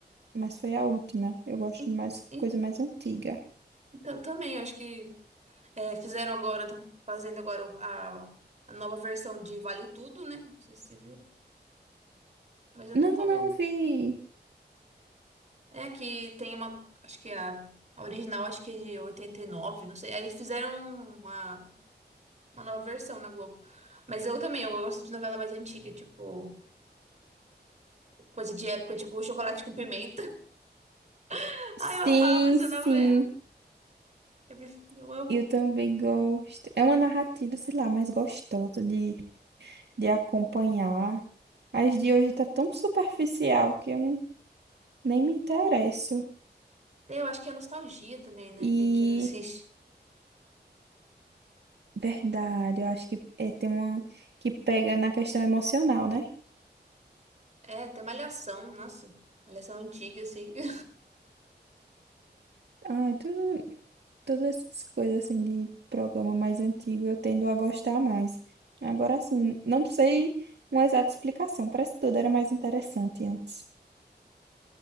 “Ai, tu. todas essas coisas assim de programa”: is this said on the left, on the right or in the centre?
Right